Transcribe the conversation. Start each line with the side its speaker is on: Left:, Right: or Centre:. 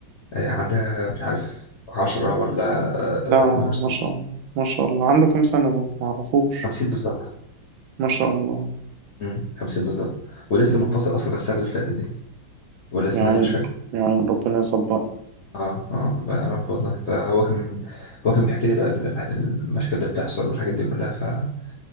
Left: عندها مش عارف عشرة ولا
Right: ده
Left: آه، اتناشر سنة
Right: ما شاء الله ما شاء الله عنده كام سنة ده ما اعرفوش
Left: خمسين بالظبط
Right: ما شاء الله
Left: مم، خمسين بالظبط ولسه
Right: مم.
Left: منفصل أصلا السنة اللي فاتت دي ولا السنة
Right: يعني
Left: دي مش فاكر
Right: يعني ربنا يصبر
Left: اه اه بقى يا رب والله فهو كان هو كان بيحكي لي بقى ال- الح- المشاكل اللي بتحصل والحاجات دي كلها فحاجة